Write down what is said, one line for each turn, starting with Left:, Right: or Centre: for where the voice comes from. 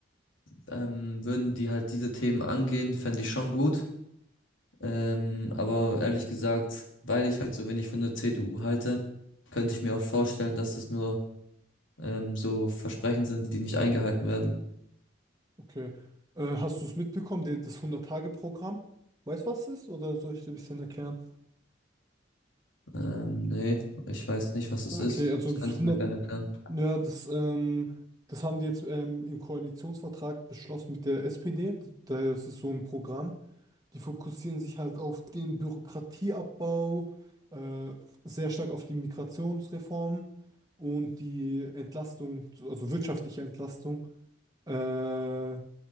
Left: ähm, würden die halt diese Themen angehen, fände ich schon gut. Ähm, aber ehrlich gesagt, weil ich halt so wenig von der CDU halte, könnte ich mir auch vorstellen, dass es nur ähm, so Versprechen sind, die nicht eingehalten werden.
Right: Okay. Äh, hast du es mitbekommen, der- das 100-Tage-Programm? Weißt du, was es ist? Oder soll ich dir ein bisschen erklären?
Left: Ähm, nee, ich weiß nicht, was es
Right: Okay,
Left: ist.
Right: also
Left: Das
Right: das
Left: kannst
Right: 100,
Left: du mir gerne erklären.
Right: ja, das, ähm, das haben die jetzt ähm, im Koalitionsvertrag beschlossen mit der SPD. Da ist es so ein Programm. Die fokussieren sich halt auf den Bürokratieabbau, äh, sehr stark auf die Migrationsreform und die Entlastung, also wirtschaftliche Entlastung. äh,